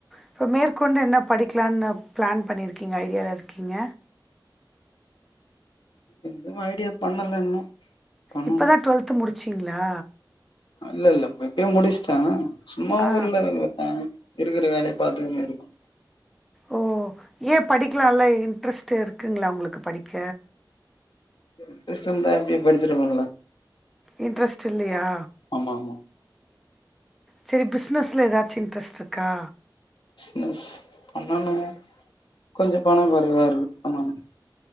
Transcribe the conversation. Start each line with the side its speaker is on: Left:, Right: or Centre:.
Centre: இப்போ மேற்கொண்டு என்ன படிக்கலான்னு பிளான் பண்ணிருக்கீங்க ஐடியால இருக்கீங்க
Left: எதுவு ஐடியா பண்ணல இன்னு பண்ணணு
Centre: இப்ப தா டுவெல்த்து முடிச்சிங்ளா
Left: இல்ல இல்ல எப்பயோ முடிச்சுட்ட சும்மா
Centre: ஆ.
Left: ஊர்ல இருப்ப இருக்கிற வேலய பாத்துக்குன்னு இருக்க
Centre: ஓ ஏன் படிக்கலால்ல இன்ட்ரெஸ்ட் இருக்குங்ளா உங்களுக்கு படிக்க
Left: இன்ட்ரஸ்ட் இருந்தா எப்பயோ படிச்சுருப்பன்ல்ல
Centre: இன்ட்ரஸ்ட் இல்லயா
Left: ஆமா ஆமா
Centre: செரி பிஸ்னஸ்ல எதாச்சு இன்ட்ரஸ்ட் இருக்கா
Left: பிஸ்னஸ் பண்ணனு கொஞ்சோ பண கொறைவா இருக்கு பண்ணனு